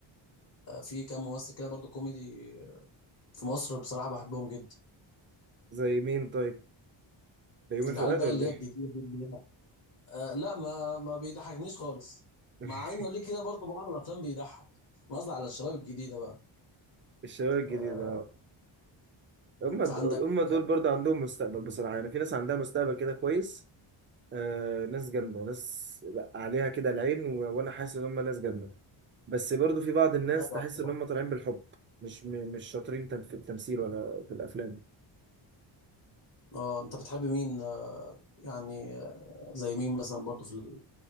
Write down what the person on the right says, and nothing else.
زي مين طيب بيومي
فؤاد
ولا
ايه
<laughs>
الشباب
الجديد اه هم
هم دول برضه عندهم مستقبل بصراحه يعني في ناس عندها مستقبل كده كويس آه ناس جامدة ناس لأ، عليها كده العين و... وانا حاسس ان هم ناس جامدة بس برضو في بعض الناس
تحس ان هم طالعين بالحب مش م... مش شاطرين تم... في التمثيل ولا في الافلام